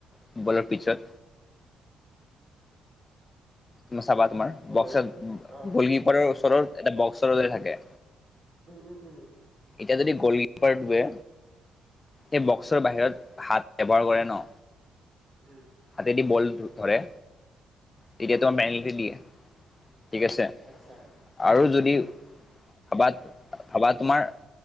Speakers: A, on the left; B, on the right.
A: ফুটবলৰ পিছত। ন চাবা তোমাৰ,
B: হেল্ল'
A: বক্স
B: অ',
A: গলকিপাৰৰ ওচৰত এটা বক্সৰতে থাকে।
B: উম উম উম।
A: এতিয়া যদি গ'লকিপাৰটোৱে, সেই বক্সৰ বাহিৰত হাত ব্যৱহাৰ কৰে ন,
B: উম।
A: হাতেদি বল ধৰে, তেতিয়া
B: উম,
A: তোমাৰ পেনাল্টি দিয়ে। ঠিক আছে।
B: আচ্ছা,
A: আৰু
B: অ',
A: যদি ভাবা ভাবা তোমাৰ,